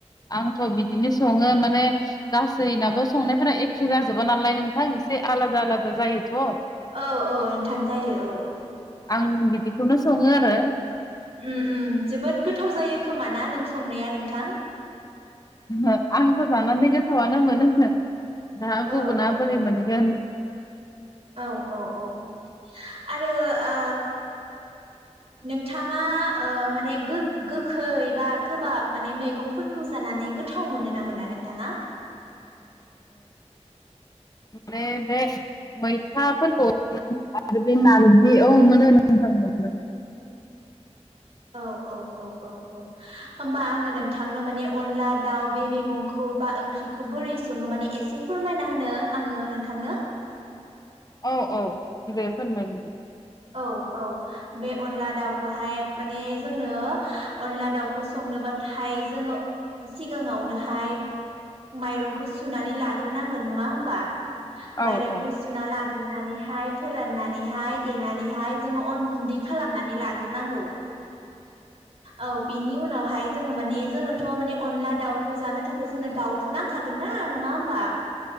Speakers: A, on the left; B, on the right.
A: आंथ बिदिनो सङो माने गासैनाबो संनायफोरा एखे जाजोबा नालाय नोंथां एसे आलादा आलादा जायो थ
B: औ औ नोंथाम जायो औ औ
A: आं बिदिखौनो सङो आरो
B: उम उम जोबोद गोथाव जायो खोमा ना नोंस संनाया नोंथां
A: ओ आंथ जानानै गोथावआनो मोनो ना गुबुना
B: औ औ
A: बोरै
B: औ
A: मोनगोन
B: औ औ औ आरो ओ नोंथाङा ओ माने गो गोखै बा गोबाब माने मैगंफोरखौ जानानै गोथाव मोनो ना मोना नोंथाङा
A: बे बे मैथाफोरखौ आरो बे नारजि औ मोनो <unintelligible> मोनो
B: औ औ औ औ औ होमबा आङो नोंथांनो माने अनला दाउ बे मैगंखौ बा ओंख्रिखौ बोरै सङो माने एसे फोरमायना होनो आङो नोंथांनो
A: औ औ दे फोरमाय
B: औ औ बे अनला दाउखौहाय माने जोंनो अनला दाउखौ संनोबाथाय जोङो सिगाङावनोहाय माइरंखौ सुनानै लाग्रोनांगोन नङा होमबा माइरंखौ
A: औ औ
B: सुना लाग लाग्रोनानैहाय फोराननानैहाय देनानैहाय जोंङो अन गुन्दै खालामनानै लाग्रोनो नांगौ औ बेनि उनावहाय जों माने जोंनो थ' माने अनला दावखौ जानो थाखाय दाव थ' नांखागोन ना नङा होम बा